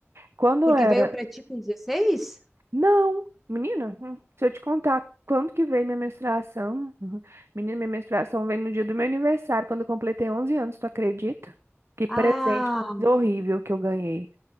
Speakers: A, on the right; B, in the centre.
A: Quando
B: Porque
A: eu era
B: veio pra ti com 16?
A: Não, menina, hum, se eu te contar quando que veio minha menstruação, uhum. menina, minha menstruação veio no dia do meu aniversário, quando eu completei 11 anos, tu acredita? Que presente
B: Ah,
A: horrível que eu ganhei.